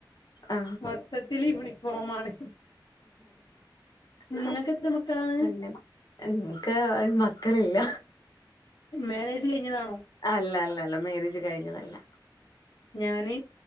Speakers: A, on the left (about 55°); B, on the left (about 75°).
A: ആ,
B: മൊത്തത്തില് യൂണിഫോമാണ്. നിങ്ങൾക്ക്
A: ഹാ
B: എത്ര മക്കളാണ്
A: അങ്ങനെ ഇൻക്ക് അഹ് മക്കളില്ല
B: മേരേജ്കഴിഞ്ഞതാണോ?
A: അല്ല, ല്ല, ല്ല മേരേജ്കഴിഞ്ഞതല്ല.
B: ഞാന്